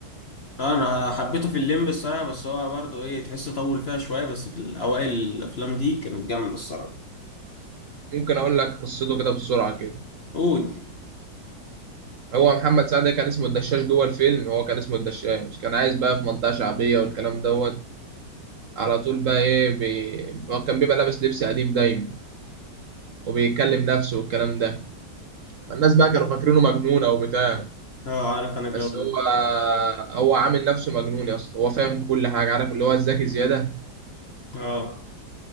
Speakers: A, on the left (about 50°); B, on the right (about 60°).
A: آه، انا حبيته في الليمب الصراحه بس هو برضه ايه تحس طول فيها شويه بس في الاوائل الافلام دي كانت جامده الصراحه
B: ممكن أقول لك قصته كده بسرعة كده
A: قول
B: هو محمد سعد كان اسمه الدشاش جوه الفيلم هو كان اسمه الدشاش كان عايز بقى في منطقة شعبية والكلام دوت على طول بقى إيه بي... هو كان بيبقى لابس لبس قديم دايما وبيكلم نفسه والكلام ده الناس بقى كانوا فاكرينه مجنون أو بتاع
A: اه عارف انا الجو
B: بس
A: ده
B: هو هو عامل نفسه مجنون يا اسطى هو فاهم في كل حاجة عارف اللي هو الذكي زيادة
A: اه